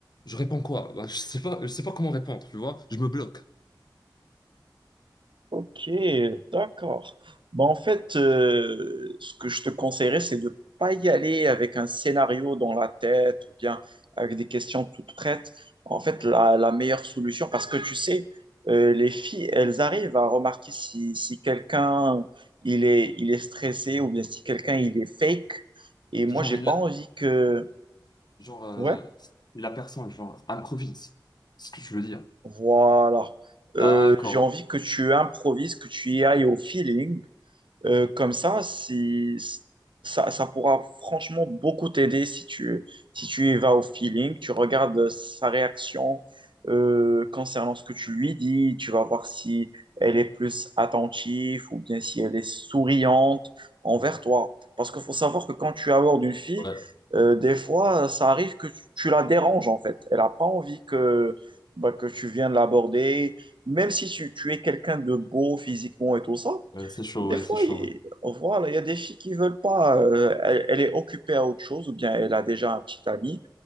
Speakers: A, on the left; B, on the right.
A: Je réponds quoi? Bah, je sais pas, je sais pas comment répondre, tu vois? Je me bloque.
B: Ok, d'accord. Bon, en fait, euh, ce que je te conseillerais, c'est de pas y aller avec un scénario dans la tête ou bien avec des questions toutes prêtes. En fait, la, la meilleure solution, parce que tu sais, euh, les filles, elles arrivent à remarquer si, si quelqu'un il est, il est stressé ou bien si quelqu'un il est fake. Et moi,
A: Genre,
B: j'ai
A: il-
B: pas envie que...
A: genre euh,
B: Ouais,
A: la personne, genre, improvise. C'est ce que je veux dire.
B: voilà. Euh,
A: D'accord.
B: j'ai envie que tu improvises, que tu y ailles au feeling. Euh, comme ça, si, ça, ça pourra franchement beaucoup t'aider si tu, si tu y vas au feeling, tu regardes sa réaction euh, concernant ce que tu lui dis, tu vas voir si elle est plus attentive ou bien si elle est souriante envers toi. Parce qu'il faut savoir que quand tu abordes une fille,
A: Ouais,
B: euh, des fois, ça arrive que tu, tu la déranges en fait. Elle n'a pas envie que, bah, que tu viennes l'aborder, même si tu, tu es quelqu'un de beau physiquement et tout ça.
A: ouais, c'est chaud,
B: Des
A: ouais,
B: fois,
A: c'est chaud.
B: il, on voit, là, il y a des filles qui veulent pas, euh, elle, elle est occupée à autre chose ou bien elle a déjà un petit ami.